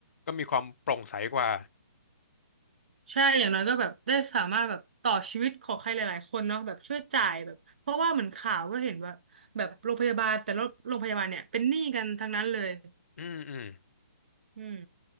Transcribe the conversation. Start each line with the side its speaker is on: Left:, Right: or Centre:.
Left: ก็มีความโปร่งใสกว่า
Right: ใช่อย่างน้อยก็แบบได้สามารถแบบต่อชีวิตของใครหลายๆคนเนาะแบบช่วยจ่ายแบบเพราะว่าเหมือนข่าวก็เห็นว่าแบบโรงพยาบาลแต่ละโรงพยาบาลเนี่ยเป็นหนี้กันทั้งนั้นเลย
Left: อืมอืม
Right: อืม